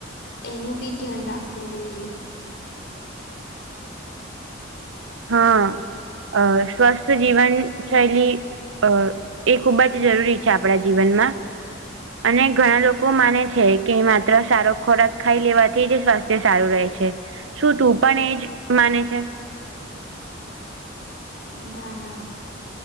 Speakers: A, on the left; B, on the right.
A: એનું બી ધ્યાન રાખવું જોઈએ.
B: હા. અહ સ્વસ્થ જીવનશૈલી અહ એ ખૂબ જ જરૂરી છે આપણા જીવનમાં. અને ઘણા લોકો માને છે કે માત્ર સારો ખોરાક ખાઈ લેવાથી જ સ્વાસ્થ થય સારું રહે છે. શું તું પણ એજ માને છે?
A: અમ્મ ના, ના,